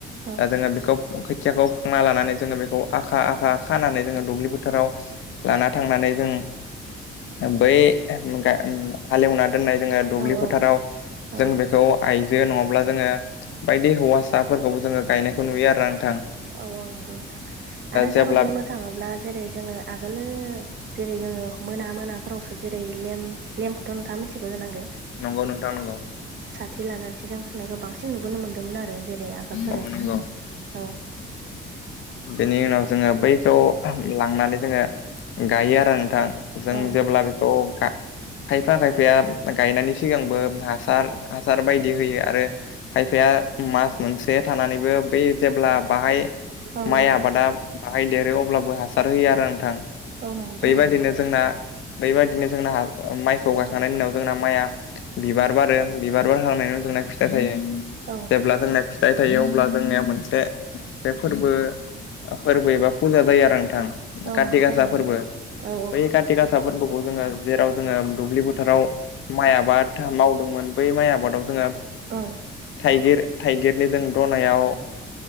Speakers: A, on the right (about 60°); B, on the left (about 75°).
A: औ
B: दा जोङो बेखौ खोथियाखौ फुखांना लानानै जोङो बेखौ आखा-आखा खानानै जोङो दुब्लि बोथोराव लाना थांनानै जों बै गा ओम हालेवना दोननाय जोङो दुब्लि
A: औ औ
B: फोथाराव
A: औ
B: जों बेखौ आइजो नङा ब्ला जोङो बायदि हौवासाफोरखौबो जोङो गायनायखौ नुयो आरो आं।
A: औ-औ नोंगौ नोंथां। आरो
B: जेब्ला
A: जोङो बुंनो थाङोब्ला जेरै जोङो आगोलो जेरै जोङो मोना-मोनाफ्रावसो जेरै लेम, लेमखौथ नोंथाङा मिथिगौ जानांगो।
B: नंगौ नोंथां नंगौ।
A: थि लानानैसो जों फुनायखौ बांसिन नुबोनो मोन्दोंमोन आरो जेरै आगोलफोरो।
B: औ नंगौ
A: औ,
B: बेनि उनाव जोङो बैखौ लांनानै जोङो गायो आरो नोंथां। जों
A: औ
B: जेब्ला बेखौ गा खायफा-खायफाया गायनायनि सिगांबो हासार हासार बायदि होयो आरो खायफाया आ मास मोनसे थानानैबो बे जेब्ला बाहाय
A: औ
B: माइ
A: औ
B: आबादा बाहायदेरो अब्लाबो हासार होयो आरो नोंथां।
A: औ नंगौ
B: बैबायदिनो
A: थारैनो
B: जोंना बैबायदिनो जोंना हा माइखौ गा खांनायनि उनाव जोंना माइआ बिबार बारो। बिबार बारहांनायनि उनाव जोंना फिथाइ थायो।
A: औ
B: अब्ला जों ना फिथाइ थायो अब्ला जोंनिया मोनसे मोनसे फोरबो फोरबो एबा फुजा जायो आरो नोंथां।
A: औ
B: काथि
A: नंगौ
B: गासा
A: थारैनो
B: फोरबो।
A: औ
B: बै काथि गासा फोर्बोखौ जोङो जेराव जोङो दुब्लि फोथाराव माइ आबाद माव दोंमोन बै माइ आबादाव जोङो
A: औ
B: थाइगिर थाइगिरनि जों दनायाव